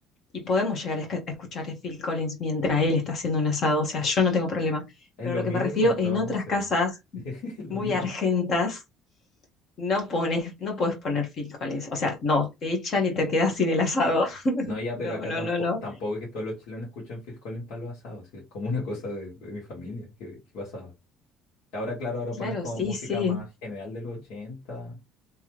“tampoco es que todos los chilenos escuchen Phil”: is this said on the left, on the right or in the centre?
Left